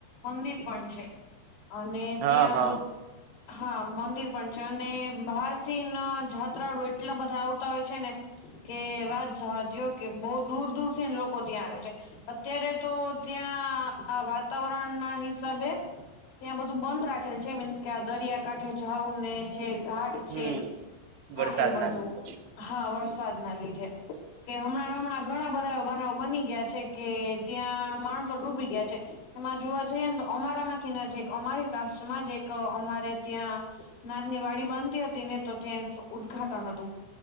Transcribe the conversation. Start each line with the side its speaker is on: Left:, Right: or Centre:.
Left: મંદિર પણ છે. અને
Right: હા
Left: ત્યાં બધ
Right: <inaudible>
Left: હા મંદિર પણ છે અને બહારથી ના જાત્રાળુ એટલા બધા આવતા હોય છે ને. કે વાત જવા દો કે બહુ દૂર દૂર થીને લોકો ત્યાં આવે છે. અત્યારે તો ત્યાં આ વાતાવરણના હિસાબે. ત્યાં બધું બંધ રાખેલ છે મીન્સ કે આ દરિયાકાાંઠે જઉું ને જે ઘાટ
Right: હમ
Left: છે, હા
Right: વરસાદના
Left: એ બધું.
Right: લીધે છે.
Left: હા વરસાદના લીધે કે હમણાં હમણાં ઘણા બધા એ બનાવ બની ગયા છે કે ત્યાં માણસો ડૂબી ગયા છે, એમાં જોવા જઈએ ને તો અમારામાંથી ને જે અમારી કાસ્ટમાંજ એક અમારે ત્યાં, નાદની વાડી બનતી હતી ને તો ત્યાં એ ઉદ્ઘાટન હતું.